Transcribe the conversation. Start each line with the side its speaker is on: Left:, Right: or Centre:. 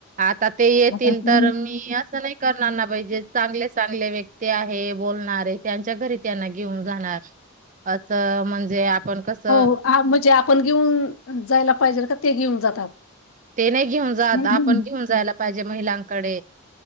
Right: आता ते येतील
Left: आता ते
Right: तर मी असं नाही करणार ना बाई जे चांगले चांगले व्यक्- ते आहे, बोलणार आहे, त्यांच्या घरी त्यांना घेऊन जाणार. असं म्हणजे- आपण कसं
Left: हो! म्हणजे आपण घेऊन जायला पाहिजेल का ते घेऊन जात? त त-
Right: ते नाही घेऊन जात
Left: घे.
Right: आपण घेऊन जायला पाहिजे महिलांकडे